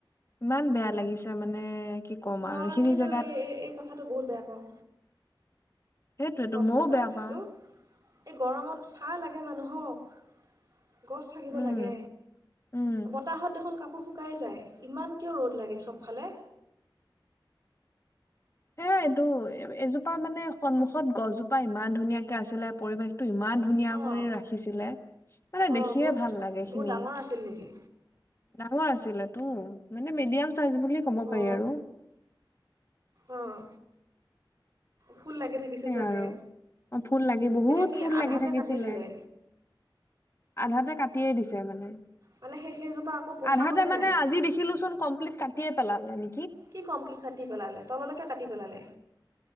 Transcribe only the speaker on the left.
ইমান বেয়া লাগিছে, মানে কি ক'ম
আৰু এইখিনি
জেগাত
সেইটোয়টো
মইও
বেয়া
পাওঁ।
উম
উম
হে, এইটো এজোপা মানে সন্মুখত গছজোপা ইমান ধুনীয়াকে আছিলে, পৰিৱেশ ইমান ধুনীয়া
কৰি ৰাখিছিলে মানে
দেখিয়ে
ভাল লাগে
খিনি
ডাঙৰ আছিলে, উম মানে মিডিয়াম <unintelligible> বুলিয় ক'ব
পাৰি আৰু
<unintelligible>
আৰু অ ফুল লাগি বহুত
ফুল
লাগি থাকিছিলে।
আধাতে কাটিয়ে দিছে মানে,
আধাতে মানে,
আজি দেখিলো চোন কমপ্লিট কাট তিয়ে পেলালেনি